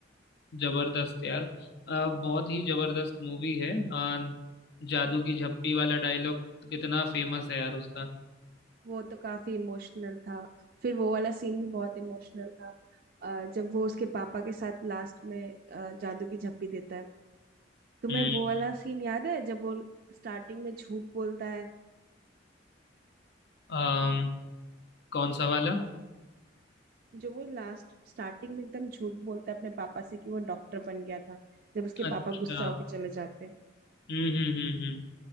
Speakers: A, on the left; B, on the right.
A: जबरदस्त यार अ, बहुत ही जबरदस्त मूवी है अ, जादू की झप्पी वाला डायलॉग तो कितना फेमस है यार उसका
B: वो तो काफी इमोशनल था फिर वो वाला सीन भी बहुत इमोशनल था अ, जब वो उसके पापा के साथ लास्ट में अ, जादू की झप्पी देता है तुम्हें
A: हम्म
B: वो वाला सीन याद है जब वो स्टार्टिंग में झूठ बोलता है
A: अम, कौन सा वाला
B: जो वो लास्ट स्टार्टिंग में एकदम झूठ बोलता है अपने पापा से कि वो डॉक्टर बन गया था जब उसके
A: अच्छा
B: पापा गुस्सा होके चले जाते हैं
A: हम्म हम्म हम्म हम्म